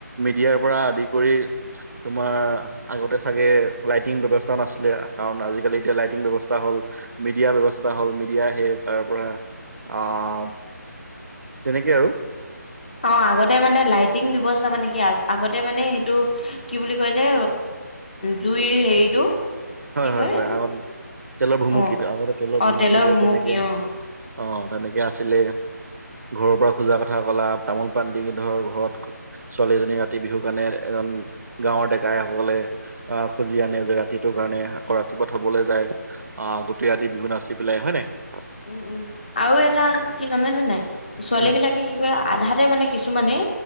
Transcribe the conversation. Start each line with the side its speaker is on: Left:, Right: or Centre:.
Right: মিডিয়াৰ পৰা আদি কৰি তোমাৰ আগতে চাগে লাইটিং ব্যৱস্থা নাছিলে, কাৰণ আজিকালি এতিয়া লাইটিং ব্যৱস্থা হ'ল মিডিয়া ব্যৱস্থা হ'ল দিয়া হে, তাৰ পৰা আহ, তেনেকে আৰু।
Left: আহ, আগতে মানে লাইটিং ব্যৱস্থা মানে কি আগতে মানে সেইটো কি বুলি কয় যে, জুইৰ হেৰিটো
Right: হয়
Left: কি
Right: হয়
Left: কয়
Right: হয়,
Left: এইটো
Right: আগত তেলৰ ভুমুকিো
Left: অ
Right: আগতে তেলৰ
Left: অ
Right: ভুমুকি লৈ
Left: ভুমুকি
Right: তেনেকে
Left: অ
Right: অ', তেনেকে আছিলে ঘৰৰ পৰা খোজা কথা কলা, তামোল পাণ দি ধৰ ঘৰত ছোৱালীজনী ৰাতি বিহু কাৰণে এজন গাঁৱৰ ডেকাই সকলে আহ খুজি আনে যে ৰাতি সেইটো কাৰণে, আকৌ ৰাতিপুৱা থ'বলৈ যায়, আহ গোটেই ৰাতি বিহু নাচি পেলাই হয় নে নহয়?
Left: উম উম, আৰু এটা কি জানে নে নাই ছোৱালী
Right: উম
Left: বিলাক কি কৰে, আধাতে মানে কিছুমানে